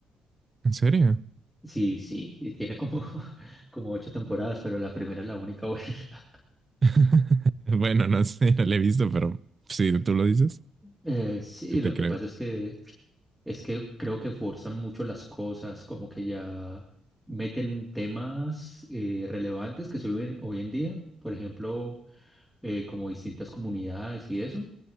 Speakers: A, on the right (about 35°); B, in the centre.
A: ¿En serio?
B: Sí, sí, y tiene como, <laughs> como ocho temporadas, pero la primera es la única buena. <laughs>
A: <laughs> Bueno, no sé, no la he visto, pero si tú lo dices,
B: Eh, sí,
A: yo te
B: lo
A: creo.
B: que pasa es que Es que creo que forzan mucho las cosas, como que ya meten temas eh, relevantes que se viven hoy en día, por ejemplo, eh, como distintas comunidades y eso.